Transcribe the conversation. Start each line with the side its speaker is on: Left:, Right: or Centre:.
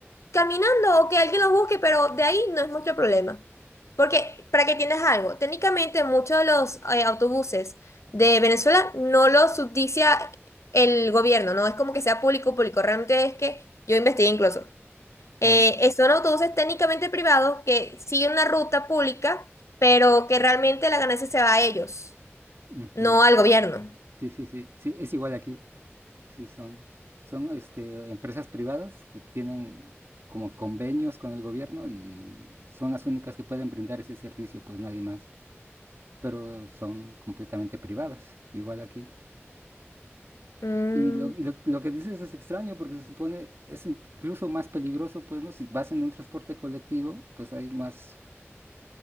Left: caminando o que alguien los busque, pero de ahí no es mucho problema. Porque, para que entiendas algo, técnicamente muchos de los eh, autobuses de Venezuela no los subsidia el gobierno, no es como que sea público, público, realmente es que yo investigué incluso. Eh,
Right: Ah,
Left: eh, son autobuses técnicamente privados que siguen una ruta pública, pero que realmente la ganancia se va a ellos,
Right: ujú.
Left: no al gobierno.
Right: Sí, sí, sí, sí, es igual aquí. Sí, son, son este, empresas privadas que tienen como convenios con el gobierno y son las únicas que pueden brindar ese servicio, pues nadie más. Pero son completamente privadas, igual aquí.
Left: Mm.
Right: Y lo, y lo, lo que dices es extraño porque se supone es incluso más peligroso, pues, ¿no? Si vas en un transporte colectivo, pues hay más